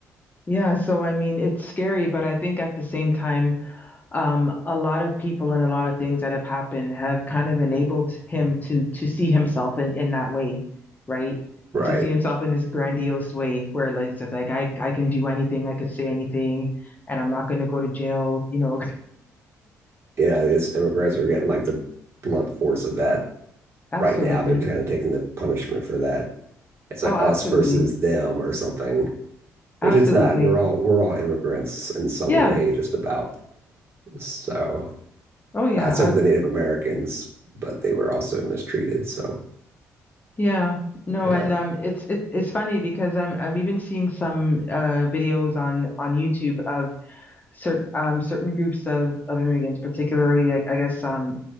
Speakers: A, on the left; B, on the right.
A: Yeah, so I mean it's scary, but I think at the same time um, a lot of people and a lot of things that have happened have kind of enabled him to to see himself in in that way, right?
B: Right.
A: To see himself in this grandiose way where like it's like I I can do anything, I could say anything, and I'm not going to go to jail, you know.
B: Yeah, I guess immigrants are getting like the blunt force of that
A: Absolutely.
B: right now. They're kind of taking the punishment for that. It's
A: Oh,
B: like
A: absolutely.
B: us versus them or something, which
A: Absolutely.
B: it's not. We're all we're all immigrants in some
A: Yeah.
B: way, just about. So,
A: Oh yeah.
B: uh, except for
A: I,
B: the Native Americans, but they were also mistreated. So,
A: yeah. No,
B: yeah,
A: and um it's it, it's funny because I'm I'm even seeing some uh videos on on YouTube of certain um, certain groups of, of immigrants, particularly I, I guess um,